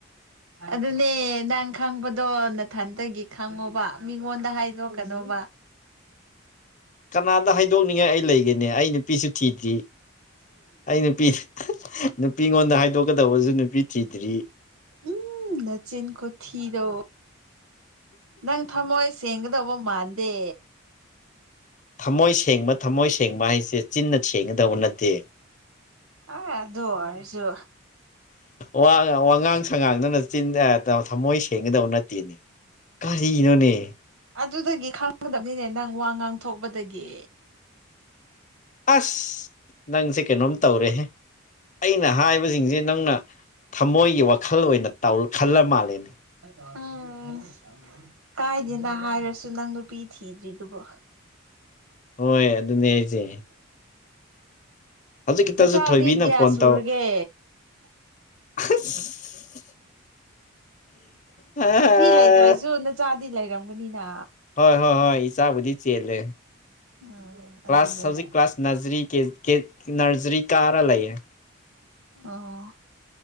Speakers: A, on the right (about 85°); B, on the left (about 35°).
A: ꯑꯗꯨꯅꯦ ꯅꯪ ꯈꯪꯕꯗꯣ ꯅꯊꯟꯇꯒꯤ ꯈꯪꯉꯣꯕ ꯃꯤꯉꯣꯟꯗ ꯍꯥꯏꯗꯣꯛꯀꯅ <unintelligible>
B: ꯀꯅꯥꯗ ꯍꯥꯏꯗꯣꯛꯅꯤꯡꯉꯥꯏ ꯑꯩ ꯂꯩꯒꯦꯅꯦ ꯑꯩ ꯅꯨꯄꯤꯁꯨ ꯊꯤꯗ꯭ꯔꯤ ꯑꯩꯅ ꯄꯤ ꯅꯨꯄꯤꯉꯣꯟꯗ ꯍꯥꯏꯗꯣꯛꯀꯗꯕꯁꯨ ꯅꯨꯄꯤ ꯊꯤꯗ꯭ꯔꯤ
A: ꯎꯝ ꯅꯆꯤꯟ ꯈꯨꯣ ꯊꯤꯗꯣ ꯅꯪ ꯊꯃꯣꯏ ꯁꯦꯡꯒꯗꯧꯕ ꯃꯥꯟꯗꯦ
B: ꯊꯝꯃꯣꯏ ꯁꯦꯡꯕ ꯊꯝꯃꯣꯏ ꯁꯦꯡꯕ ꯍꯥꯏꯁꯦ ꯆꯤꯟꯅ ꯊꯦꯡꯒꯗꯕ ꯅꯠꯇꯦ
A: ꯑ ꯑ ꯑꯗꯨ ꯑꯣꯏꯔꯁꯨ
B: ꯋꯥ ꯋꯥꯉꯥꯡ ꯁꯉꯥꯡꯗꯅ ꯆꯤꯟ ꯊꯝꯃꯣꯏ ꯁꯦꯡꯒꯗꯕ ꯅꯠꯇꯦꯅꯦ ꯀꯔꯤꯅꯣꯅꯦ
A: ꯑꯗꯨꯗꯒꯤ ꯈꯪꯒꯗꯕꯅꯤꯅꯦ ꯅꯪ ꯋꯥ ꯉꯥꯡꯊꯣꯛꯄꯗꯒꯤ
B: ꯑꯁ ꯅꯪꯁꯦ ꯀꯩꯅꯣꯝ ꯇꯧꯔꯦ ꯑꯩꯅ ꯍꯥꯏꯕꯁꯤꯡꯁꯦ ꯅꯪꯅ ꯊꯃꯣꯏꯒꯤ ꯋꯥꯈꯜ ꯑꯣꯏꯅ ꯇꯧ ꯈꯜꯂ ꯃꯥꯜꯂꯦꯅ
A: ꯑꯥ ꯀꯥꯏꯗꯦꯅ ꯍꯥꯏꯔꯁꯨ ꯅꯪ ꯅꯨꯄꯤ ꯊꯤꯗ꯭ꯔꯤꯗꯨꯕꯣ
B: ꯍꯣꯏ ꯑꯗꯨꯅꯦ ꯑꯩꯁꯦ ꯍꯧꯖꯤꯛꯀꯤꯇꯁꯨ
A: ꯅꯆꯥꯥꯗꯤ
B: ꯊꯣꯏꯕꯤꯅ
A: ꯒ꯭ꯌꯥ
B: ꯐꯣꯟ
A: ꯁꯨꯔꯒꯦ
B: ꯇꯧ <inaudible> ꯑ
A: ꯅꯨꯄꯤ ꯂꯩꯇ꯭ꯔꯁꯨ ꯅꯆꯥꯗꯤ ꯂꯩꯔꯝꯒꯅꯤꯅ
B: ꯍꯣꯏ ꯍꯣꯏ ꯍꯣꯏ ꯏ ꯆꯆꯥꯕꯨꯗꯤ ꯆꯦꯂꯦ
A: ꯎꯝ ꯑꯗꯨꯅꯦꯕ
B: ꯀ꯭ꯂꯥꯁ ꯍꯧꯖꯤꯛ ꯀ꯭ꯂꯥꯁ ꯅꯔꯤ ꯅꯔꯖꯔꯤ ꯀꯥꯔꯥ ꯂꯩꯌꯦ
A: ꯑꯣ